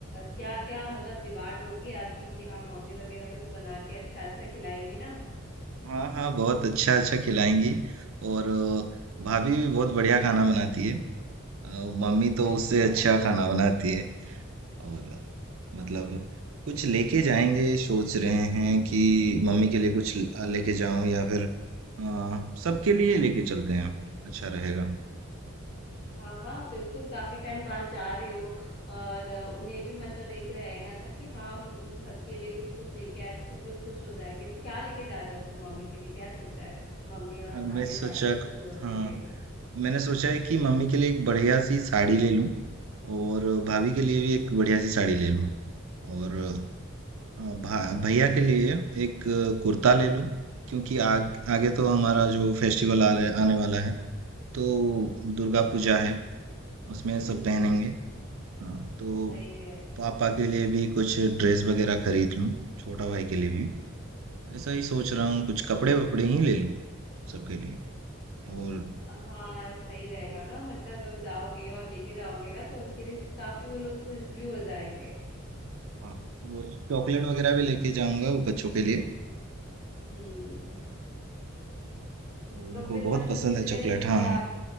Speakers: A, on the left; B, on the right.
A: क्या क्या मतलब डिमांड होगी आपकी कि हाँ मम्मी वगैरह कुछ बना के अच्छा अच्छा खिलाएंगी ना
B: हाँ हाँ बहुत अच्छा अच्छा खिलाएंगी और अ, भाभी भी बहुत बढ़िया खाना बनाती है अ, मम्मी तो
A: अच्छा
B: उससे अच्छा खाना बनाती है और मतलब कुछ लेके जाएंगे सोच रहे हैं कि मम्मी के लिए कुछ ल- लेके जाऊं या फिर अ, सबके लिए लेके चलते हैं अच्छा रहेगा
A: हाँ हाँ बिल्कुल काफी टाइम बाद जा रहे हो और अ, उन्हें भी मतलब एक रहेगा ना कि हाँ हम सबके लिए कुछ कुछ लेके आए तो सब लोग खुश हो जाएंगे तो क्या लेके जा रहे हो अपनी मम्मी के लिए क्या सोचा है मम्मी और
B: हाँ
A: भाभी
B: मैं सोचा
A: और बाकी सब लोगों
B: हाँ
A: के लिए
B: मैंने सोचा है कि मम्मी के लिए एक बढ़िया सी साड़ी ले लूं और भाभी के लिए भी एक बढ़िया सी साड़ी ले लूँ और अ, भा, भैया के लिए एक अ, कुर्ता ले लूँ क्योंकि आग, आगे तो हमारा जो फेस्टिवल आ रहे, आने वाला है तो दुर्गा पूजा है उसमें
A: हम्म
B: सब पहनेंगे हाँ तो
A: सही है
B: पापा के लिए भी कुछ ड्रेस वगैरह खरीद लूँ छोटा भाई के लिए भी ऐसा ही सोच रहा हूँ कुछ कपड़े वपड़े ही ले लूँ सबके लिए और
A: हाँ सही रहेगा ना मतलब जाओगे और लेके जाओगे ना तो उनके लिए काफी वो लोग खुश भी हो जाएंगे
B: हाँ वो चॉकलेट वगैरह भी लेके जाऊंगा वो बच्चों के लिए
A: हम्म
B: उनको
A: तो फिर
B: बहुत
A: मतलब
B: पसंद
A: कितने
B: है चॉकलेट
A: दिन
B: हाँ
A: का